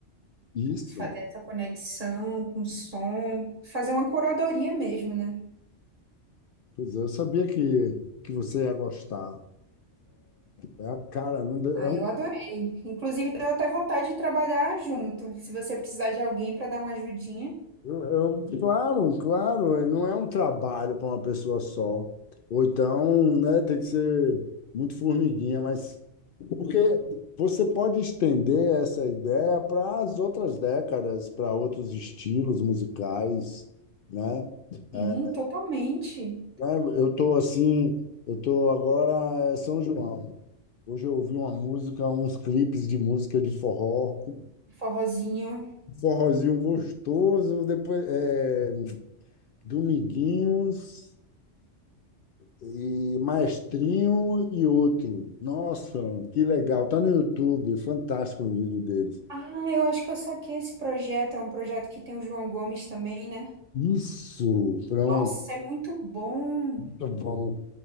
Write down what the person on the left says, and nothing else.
Isso.
Pois é, eu sabia que, que você ia gostar. É a cara, não deu-
é um,
eu, eu- claro, claro, é- não é um trabalho para uma pessoa só. Ou então, né, tem que ser muito formiguinha, mas. Porque você pode estender essa ideia para as outras décadas, para outros estilos musicais, né?
É,
né, eu estou assim, eu estou agora é São João. Hoje eu ouvi uma música, uns clipes de música de forró,
forrozinho gostoso, depois é, Dominguinhos e Maestrinho e outro. Nossa, que legal! Tá no YouTube, fantástico o vídeo deles.
Isso, pronto.
Muito bom.